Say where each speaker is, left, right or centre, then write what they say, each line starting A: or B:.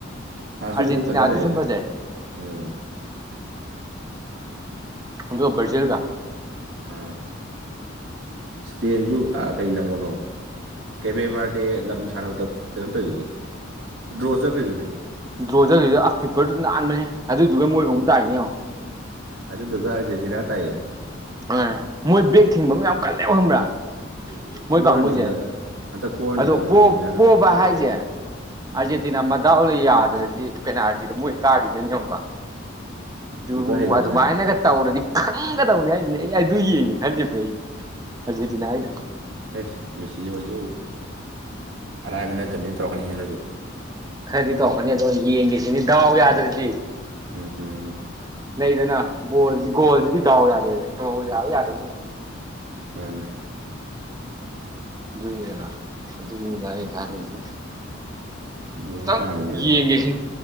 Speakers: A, on the right (about 75°); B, on the right (about 20°).
A: ꯐ꯭ꯔꯥꯟꯁꯄꯨꯗꯤ
B: ꯑꯔꯖꯦꯟꯇꯤꯅꯥ
A: ꯐꯖ
B: ꯑ ꯑꯗꯨ
A: ꯂꯩꯔꯦꯗꯅ
B: ꯁꯨꯝ ꯐꯖꯦ
A: ꯎꯝ
B: ꯎꯗꯨ ꯭ꯔꯥꯖꯤꯜ ꯀ
A: ꯑ ꯏꯁꯄꯦꯦꯟꯁꯨ ꯑ ꯀꯩ ꯂꯪꯉꯣꯅꯣ ꯀꯦꯕꯦꯕꯥꯔꯗꯦ ꯂꯝ ꯁꯥꯟꯅꯕꯗ ꯀꯩꯅꯣꯝ ꯇꯧꯔꯤꯗꯨꯗꯤ ꯗ꯭ꯔꯣ ꯆꯠꯈ꯭ꯔꯔꯤꯗꯨꯗꯤ
B: ꯗ꯭ꯔꯣꯗꯔꯤꯗ ꯑ ꯀꯤꯞꯄꯔꯗꯨ ꯅꯥꯟꯥꯟꯕꯅꯦ ꯑꯗꯨꯗꯨꯒ ꯃꯣꯏꯒ ꯑꯃꯨꯛ ꯇꯥꯏꯅꯦ ꯌꯦꯡꯉꯣ
A: ꯑꯗꯨꯗꯨꯒ ꯑꯔꯖꯦꯟꯇꯤꯅꯥ ꯇꯥꯏꯌꯦ
B: ꯑ ꯃꯣꯏ ꯕꯦꯛ ꯊꯤꯡꯕ ꯑꯃ ꯌꯥꯝ ꯀꯜꯂꯦꯕ ꯈꯪꯕ꯭ꯔꯥ ꯃꯣꯏ
A: ꯄꯣꯔꯅꯤꯗ
B: ꯀꯥꯡꯕꯨꯁꯦ
A: ꯑꯗꯨ ꯍꯟꯇꯛ ꯄꯣꯔꯅꯤꯗ
B: ꯑꯗꯣ
A: ꯑꯥꯔꯖꯦꯟꯇꯤꯅꯥꯅ
B: ꯄꯣꯕ ꯍꯥꯏꯁꯦ ꯑꯥꯔꯖꯦꯟꯇꯤꯅꯥ
A: ꯎꯝ
B: ꯃꯗꯥꯎꯂ ꯌꯥꯗ꯭ꯔꯗꯤ ꯄꯦꯅꯥꯜꯇꯤꯗ ꯃꯣꯏ ꯀꯥꯈꯤꯗꯣꯏꯅꯦ ꯑꯃꯨꯛꯀ ꯑꯗꯨ
A: ꯀꯤꯞꯄꯔ ꯍꯩꯕꯅꯤꯅ
B: ꯑꯗꯨ ꯃꯥꯥꯏꯅꯒ ꯇ ꯍꯧꯔꯗꯤ ꯈꯪꯒꯗꯕꯅꯤ ꯍꯥꯏꯁꯤꯅꯦ ꯑꯩ ꯑꯩ ꯑꯗꯨ ꯌꯦꯡꯉꯦ ꯈꯟꯖꯕ ꯑꯩꯗꯤ ꯑꯔꯖꯦꯟꯇꯤꯅꯥ ꯑꯩꯅ
A: ꯑꯦꯁ ꯃꯤꯁꯤ ꯍꯣꯏꯁꯨ ꯑꯔꯥꯏꯕ ꯅꯠꯇꯕꯅꯤꯅ ꯇꯧꯔꯛꯀꯅꯤ ꯍꯦꯟꯅꯁꯨ
B: ꯈꯔꯗꯤ ꯇꯧꯔꯛꯅꯤ ꯑꯗꯣ ꯌꯦꯡꯒꯁꯤꯅꯤ ꯗꯥꯎ ꯌꯥꯗ꯭ꯔꯗꯤ
A: ꯎꯝ
B: ꯂꯩꯗꯅ ꯣ ꯣꯜꯁꯤꯗꯤ ꯗꯗꯥꯎ ꯌꯥꯗꯦꯎ ꯌꯥ ꯌꯥꯗꯕ ꯂꯩꯗꯅ
A: ꯑꯅꯦ
B: ꯅꯤꯗꯅꯥꯨꯅꯤꯗ ꯊꯥꯗꯗꯤꯁ
A: ꯌꯦꯡ
B: ꯇꯪ
A: ꯇꯥꯕꯅꯤꯅꯦ
B: ꯌꯦꯒꯦ